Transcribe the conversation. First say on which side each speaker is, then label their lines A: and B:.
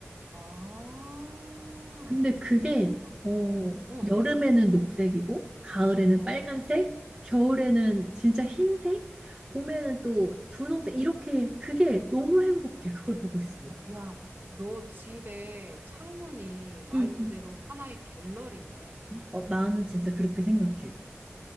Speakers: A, on the right; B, on the right.
A: 아,
B: 근데 그게,
A: 그-
B: 어,
A: 응, 응,
B: 여름에는 녹색이고, 가을에는
A: 어.
B: 빨간색, 겨울에는 진짜 흰색, 봄에는 또 분홍색, 이렇게 그게 너무 행복해, 그걸 보고 있으면.
A: 야, 너 집에 창문이 말
B: 응,
A: 그대로
B: 응.
A: 하나의 갤러리네.
B: 어, 나는 진짜 그렇게 생각해.